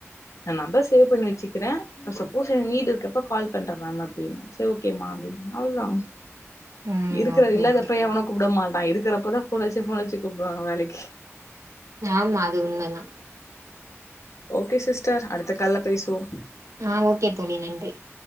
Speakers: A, on the left; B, on the right.
A: நான் நம்பர் சேவ் பண்ணி வச்சுக்கறே சப்போஸ் எனக்கு நீட் இருக்கப்ப கால் பண்றே மேம் அப்டின்னியாச்சு செரி ஓகேமா அப்டின்னாங்க அவ்ளதான்
B: ம்
A: இருக்கிறது
B: ஓகே
A: இல்லாதப்ப
B: ஓகே
A: எவனும் கூப்ட மாட் அ இருக்குறப்பதா போன் அட்ச்சி போன் அட்ச்சி கூப்டுவாங்க வேலைக்கி
B: ஆமா அது உண்மதா
A: ஓக்கே சிஸ்டர் அடுத்த கால்ல பேசுவோ
B: ஆ ஓகே தோழி நன்றி